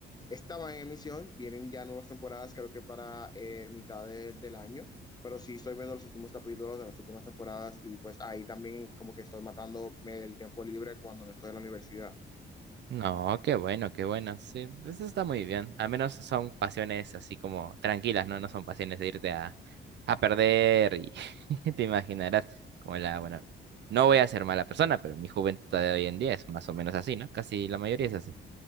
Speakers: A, on the left (about 20°); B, on the right (about 60°).
A: estaban en emisión, vienen ya nuevas temporadas, creo que para eh, mitad de- del año, pero sí estoy viendo los últimos capítulos de las últimas temporadas y pues ahí también como que estoy matando el tiempo libre cuando no estoy en la universidad.
B: No, qué bueno, qué bueno. Sí, eso está muy bien. Al menos son pasiones así como tranquilas, ¿no? No son pasiones de irte a, a perder y <laughs> te imaginarás como la, bueno, no voy a ser mala persona, pero mi juventud de hoy en día es más o menos así, ¿no? Casi la mayoría es así.